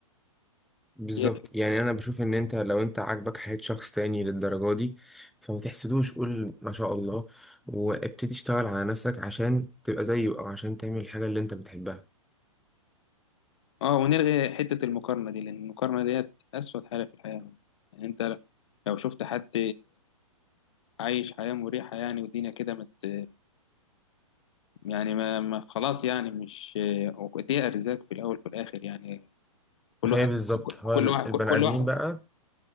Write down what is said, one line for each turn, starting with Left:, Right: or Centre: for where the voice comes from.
Centre: بالظبط
Left: هي
Centre: يعني انا بشوف ان انت لو انت عاجبك حياة شخص تاني للدرجة دي فما تحسدوش قول ما شاء الله وابتدي تشتغل على نفسك عشان تبقى زيه او عشان تعمل الحاجة اللي انت بتحبها
Left: اه ونلغي حتة المقارنة دي لأن المقارنة ديت أسود حاجة في الحياة يعني أنت لو شفت حد عايش حياة مريحة يعني والدنيا كده مت يعني ما, ما خلاص يعني مش دي أرزاق في الأول وفي الآخر يعني كل
Centre: هي
Left: واحد
Centre: بالظبط هو
Left: كل
Centre: ال-
Left: واحد
Centre: البني
Left: كل
Centre: ادمين
Left: واحد
Centre: بقى